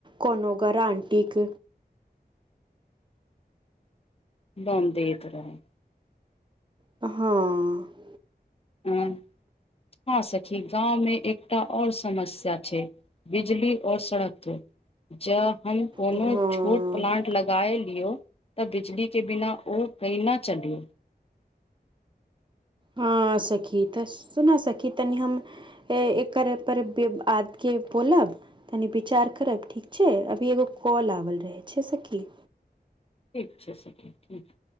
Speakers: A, on the right; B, on the left.
A: कोनो गरानटिक।
B: लौन देैत रहैय।
A: ह ऽ ऽ।
B: ह <unintelligible> ह सखी गाँवमे एकटा आओर समस्या छैय। बिजली और सड़क ज हम कोनो
A: हाँ
B: छोट प्लान्ट लगाए लियौ त बिजलीके बिना ओ कैना चली?
A: हं सखी त सुन सखी तनी हम हे एकर पर बेआदके बोलब? तनी विचार करब ठीक छै, अभी एगो कॉल आबल रहै छै सखी।
B: ठीक छै सखी ठीक।